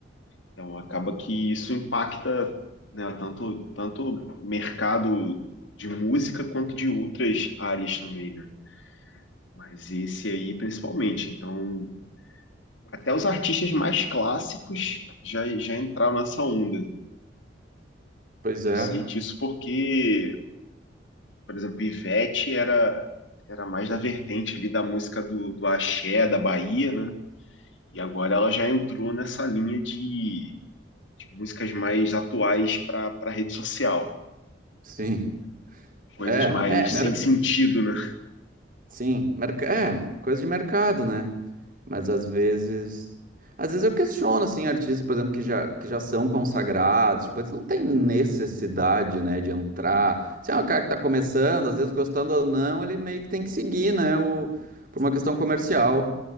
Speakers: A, on the left; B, on the right.
A: Então acaba que isso impacta, né, tanto tanto o mercado de música quanto de outras áreas também, né? Mas esse aí principalmente. Então até os artistas mais clássicos já já entraram nessa onda.
B: pois
A: Eu
B: é,
A: sei disso porque Por exemplo, Ivete era, era mais da vertente ali da música do, do axé, da Bahia, né? E agora ela já entrou nessa linha de, de músicas mais atuais para para rede social.
B: sim,
A: Coisas
B: é,
A: mais
B: é, mer-
A: sem sentido, né?
B: sim, merca- é, coisa de mercado, né? Mas às vezes. Às vezes eu questiono, assim, artistas, por exemplo, que já, que já são consagrados, tipo, eles não têm necessidade, né, de entrar. Se é um cara que tá começando, às vezes gostando ou não, ele meio que tem que seguir, né, o, por uma questão comercial.